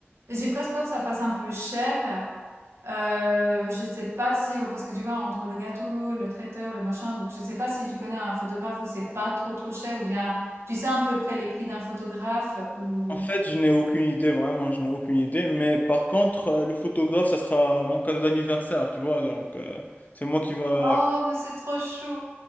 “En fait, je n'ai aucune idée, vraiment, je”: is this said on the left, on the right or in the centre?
Left